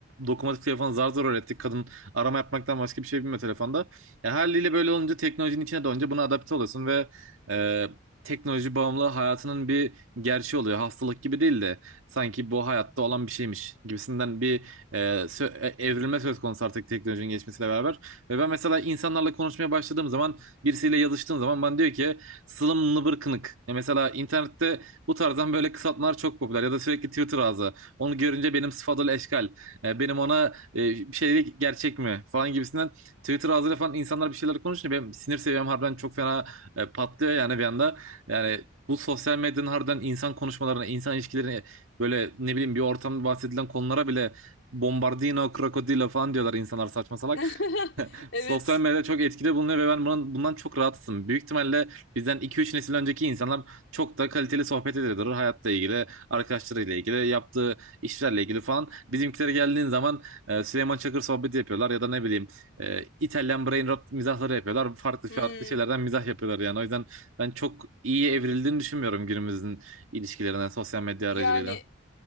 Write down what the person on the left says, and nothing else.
<laughs> Evet.
Hmm.
Yani